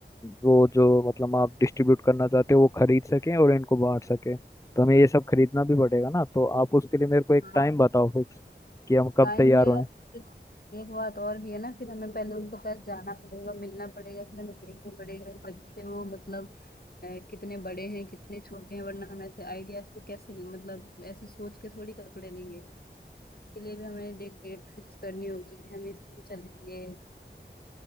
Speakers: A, on the left; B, on the left.
A: वो जो मतलब आप डिस्ट्रीब्यूट करना चाहते हो वो खरीद सकें और इनको बांट सकें तो हमें ये सब खरीदना भी पड़ेगा ना तो आप उसके लिए मेरे को एक
B: हाँ
A: टाइम बताओ फिक्स कि हम कब
B: टाइम
A: तैयार
B: भी है
A: हों
B: यार एक बात और भी है ना फिर हमें पहले उनके पास जाना पड़ेगा मिलना पड़ेगा फिर हमें देखना पड़ेगा कि बच्चे वो मतलब अ, कितने बड़े हैं कितने छोटे हैं वरना हम ऐसे आइडियाज से कैसे मतलब ऐसे सोच के थोड़ी कपड़े लेंगे इसके लिए भी हमें डेट डेट फिक्स करनी होगी कि हम इस दिन चलेंगे